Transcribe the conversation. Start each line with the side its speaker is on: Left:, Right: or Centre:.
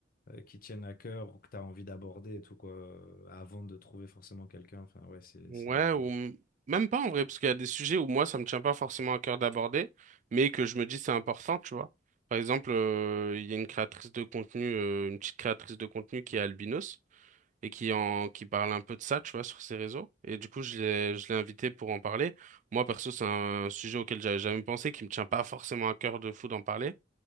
Left: euh, qui tiennent à cœur ou que tu as envie d'aborder et tout, quoi, euh, avant de trouver forcément quelqu'un. Enfin, ouais, c'est,
Right: Ouais,
Left: c'est, euh,
Right: ou m- même pas en vrai, parce qu'il y a des sujets où moi, ça me tient pas forcément à cœur d'aborder, mais que je me dis c'est important, tu vois. Par exemple, euh, il y a une créatrice de contenu, euh, une petite créatrice de contenu qui est albinos et qui en qui parle un peu de ça, tu vois, sur ses réseaux. Et du coup, je l'ai je l'ai invitée pour en parler. Moi, perso, c'est un sujet auquel j'avais jamais pensé, qui me tient pas forcément à cœur de fou d'en parler,